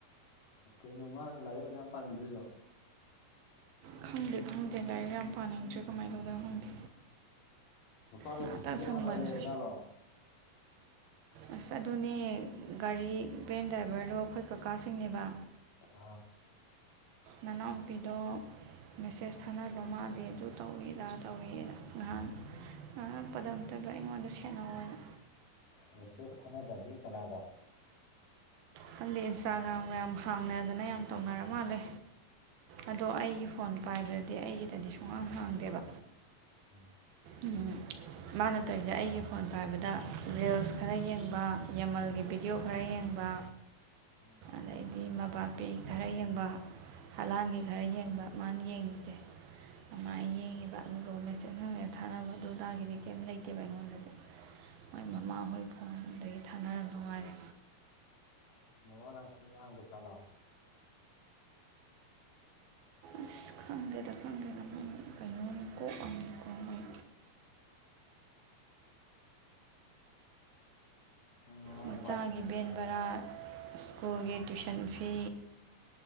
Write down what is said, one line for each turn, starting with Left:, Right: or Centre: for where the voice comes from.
Left: ꯀꯩꯅꯣ ꯃꯥ ꯂꯥꯏꯔꯤꯛ ꯑꯌꯥꯝ ꯄꯥꯅꯤꯡꯗ꯭ꯔꯤꯗꯣ
Right: ꯈꯪꯗꯦ ꯈꯪꯗꯦ ꯂꯥꯏꯔꯤꯛ ꯌꯥꯝ ꯄꯥꯅꯤꯡꯗ꯭ꯔꯦ ꯀꯃꯥꯏꯅ ꯇꯧꯗꯦ ꯈꯪꯗꯦ
Left: ꯅꯨꯄꯥꯒ
Right: ꯉꯍꯥꯛꯇꯪ
Left: ꯆꯤꯊꯤꯒ
Right: ꯁꯪꯕꯗ
Left: ꯊꯥꯅ ꯂꯩꯔꯖꯥꯠꯂꯣ
Right: ꯑꯁ ꯑꯗꯨꯅꯦ ꯒꯥꯔꯤ ꯚꯦꯟ ꯗ꯭ꯔꯥꯏꯚꯔꯗꯣ ꯑꯩꯈꯣꯏ ꯀꯀꯥꯁꯤꯡꯅꯦꯕ
Left: ꯑꯥ
Right: ꯃꯅꯥꯎꯄꯤꯗꯣ ꯃꯦꯁꯦꯁ ꯊꯥꯅꯕ ꯃꯥꯂꯦ ꯑꯗꯨ ꯇꯧꯏ ꯑꯗ ꯇꯧꯏꯅ ꯅꯍꯥꯟ ꯉ ꯍꯥꯞꯄꯗ ꯑꯝꯇꯗ ꯑꯩꯉꯣꯟꯗ ꯁꯦꯟꯅꯧ ꯍꯥꯏꯅ
Left: ꯃꯦꯁꯦꯁ ꯊꯥꯅꯕꯗꯤ ꯀꯅꯥꯒ
Right: ꯈꯪꯗꯦ ꯏꯟꯁꯇꯥꯒ꯭ꯔꯥꯝꯒ ꯌꯥꯝ ꯍꯥꯡꯅꯗꯅ ꯌꯥꯝ ꯇꯧꯅꯔ ꯃꯥꯜꯂꯦ ꯑꯗꯣ ꯑꯩꯒꯤ ꯐꯣꯟ ꯄꯥꯏꯕꯗꯗꯤ ꯑꯩꯒꯤꯗꯗꯤ ꯁꯨꯡꯈꯥꯡ ꯍꯥꯡꯗꯦꯕ
Left: ꯎꯝ
Right: ꯎꯝ ꯃꯥꯅ ꯇꯧꯔꯤꯁꯦ ꯑꯩꯒꯤ ꯐꯣꯟ ꯄꯥꯏꯕꯗ ꯔꯤꯜꯁ ꯈꯔ ꯌꯦꯡꯕ ꯌꯥꯃꯜꯒꯤ ꯚꯤꯗꯤꯑꯣ ꯈꯔ ꯌꯦꯡꯕ
Left: ꯎꯝ
Right: ꯑꯗꯩꯗꯤ ꯃꯕꯥꯄꯦꯒꯤ ꯈꯔ ꯌꯦꯡꯕ ꯍꯂꯥꯟꯒꯤ ꯈꯔ ꯌꯦꯡꯕ ꯃꯥꯅ ꯌꯦꯡꯉꯤꯁꯦ ꯑꯃꯥꯏ ꯌꯦꯡꯉꯦꯕꯥ ꯑꯗꯨꯗꯨꯒ ꯃꯦꯆꯤꯡꯍꯑ ꯊꯥꯅꯕ ꯑꯗꯨ ꯑꯗꯥꯒꯤꯗꯤ ꯀꯩꯝ ꯂꯩꯇꯦꯕ ꯑꯩꯉꯣꯟꯗꯗꯤ ꯃꯣꯏ
Left: ꯎꯝ
Right: ꯃꯃꯥꯍꯣꯏ ꯐꯣꯟꯗꯒꯤ ꯊꯥꯅꯔ ꯅꯨꯡꯉꯥꯏꯔꯦ
Left: ꯃꯉꯅ ꯋꯥꯥꯡꯗ ꯆꯂꯣ
Right: ꯑꯁ ꯈꯪꯗꯦꯗꯥ ꯈꯪꯗꯦꯗꯥ ꯃ ꯑꯩꯥꯏ ꯅꯣ ꯀꯣ ꯑꯝ ꯃꯤ ꯀꯥꯏ
Left: ꯃꯣꯏ ꯃꯃꯥ
Right: ꯃꯆꯥꯒꯤ
Left: ꯃꯄꯥꯗꯨꯁꯨ
Right: ꯕꯦꯟ
Left: ꯌꯥꯏꯅꯦ
Right: ꯕꯔꯥ ꯁ꯭ꯀꯨꯜꯒꯤ ꯇꯨꯏꯤꯁꯟ ꯐꯤ